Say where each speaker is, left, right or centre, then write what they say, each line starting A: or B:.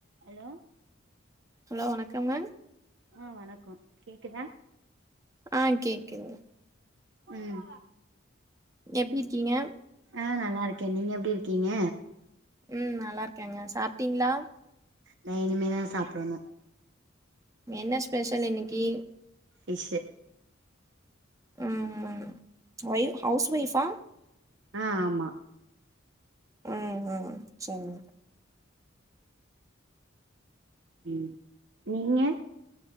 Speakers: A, on the right (about 60°); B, on the right (about 15°).
A: ஹலோ
B: ஹலோ வணக்கம்ங்க
A: அ வணக்கோ கேக்குதா
B: அ கேக்குதுங்
A: ம்
B: எப்டி இர்க்கீங்க
A: அ நல்லாருக்கே நீங்க எப்டி இருக்கீங்க
B: ம் நல்லார்க்கேங்க சாப்ட்டீங்ளா
A: நா இனிமேதா சாப்டணு
B: என்ன ஸ்பெஷல் இன்னிக்கி
A: ஃபீஷ்ஷு
B: ம்ம் ஒய் ஹவுஸ் ஒய்ஃபா
A: அ ஆமா
B: அ அ சேரிங்க
A: ம் நீங்க